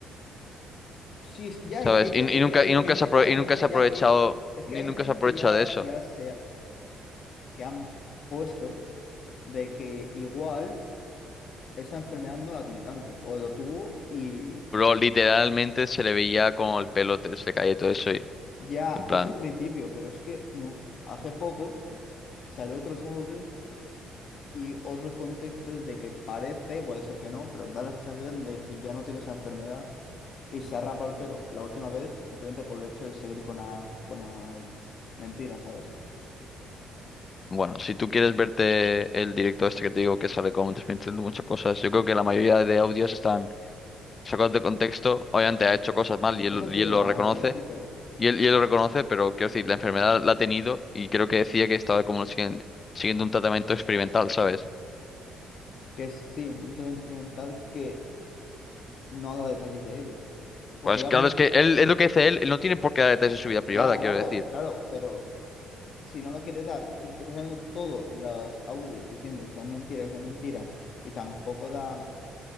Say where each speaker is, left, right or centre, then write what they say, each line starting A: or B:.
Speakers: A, on the left; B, on the left.
A: Sí, es
B: <laughs>
A: que ya
B: ¿Sabes?
A: hay gente
B: Y, y
A: que
B: nunca,
A: hay
B: y
A: gente,
B: nunca se apro-
A: hay
B: y
A: gente
B: nunca se
A: ya
B: ha aprovechado,
A: que es
B: ni
A: que hay
B: nunca
A: gente
B: se ha aprovechado
A: ya
B: de eso.
A: ya se que han puesto de que igual esa enfermedad no la tiene tanto o lo tuvo y
B: Pero literalmente se le veía con el pelo, te- se le caía y todo eso y,
A: ya
B: en plan.
A: eso al principio, pero es que no, hace poco salió otros audios y otros contextos de que parece, puede ser que no, pero da la sensación de que ya no tiene esa enfermedad y se ha rapado el pelo la última vez simplemente por el hecho de seguir con la, con la mentira, ¿sabes?
B: Bueno, si tú quieres verte el directo este que te digo que sale como transmitiendo muchas cosas, yo creo que la mayoría de audios están sacados de contexto. Obviamente ha hecho cosas mal y él,
A: Eso sí,
B: y él
A: la
B: lo reconoce.
A: mayoría sí, pero
B: Y él, y él lo reconoce, pero quiero decir, la enfermedad la ha tenido y creo que decía que estaba como siguiendo, siguiendo un tratamiento experimental, ¿sabes?
A: que sí, un tratamiento experimental que no ha dado detalles de ello. Porque
B: Pues
A: ya
B: claro,
A: mucho,
B: es que él, es lo que dice él, él no tiene por qué dar detalles de su vida privada,
A: ya, claro,
B: quiero decir.
A: claro, pero si no lo quiere dar y está saliendo todos los audios diciendo que son mentiras, que son mentiras, y tampoco da